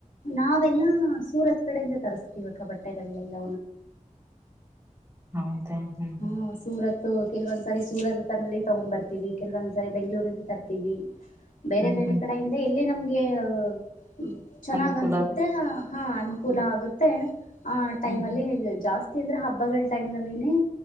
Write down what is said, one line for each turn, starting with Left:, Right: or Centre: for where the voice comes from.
Left: ನಾವೆಲ್ಲಾ ಹ ಸೂರತ್ ಕಡೆಯಿಂದ ತರಿಸಸ್ತಿವಕ್ಕ ಬಟ್ಟೆಗಲೆ ಎಲ್ಲ
Right: ಹೌದಾ ಹ್ಮ್ ಹ್ಮ್
Left: ಹಾ ಸೂರತ್ ಕೆಲವೊಂದ್ಸಾರಿ ಸೂರತ್ ಲ್ಲಿ ತಗೊ ಬರ್ತೀವಿ ಕೆಲವೊಂದ್ಸರಿ ಬೆಂಗಳೂರಿಂದ ತರ್ತಿವಿ ಬೇರೆ
Right: ಹ್ಮ್
Left: ಬೇರೆ
Right: ಹ್ಮ್
Left: ಕಡೆಯಿಂದ ಇಲ್ಲಿ ನಮ್ ಹ್ ಹ್ಮ ಚೆನ್ನಾಗ್
Right: ಅನುಕೂಲ
Left: ಅನ್ಸುತ್ತೆ
Right: ಆಗುತ್ತೆ
Left: ಹಾ ಅನುಕೂಲ
Right: ಹ್ಮ್
Left: ಆಗುತ್ತೆ ಆ ಟೈಮ್
Right: ಹ್ಮ್
Left: ಅಲ್ಲಿ
Right: ಹ್ಮ್
Left: ಹೇಗ್ ಜಾಸ್ತಿ ಅಂದ್ರೆ ಹಬ್ಬಗಳ ಟೈಮ್ ನಲ್ಲಿನೇ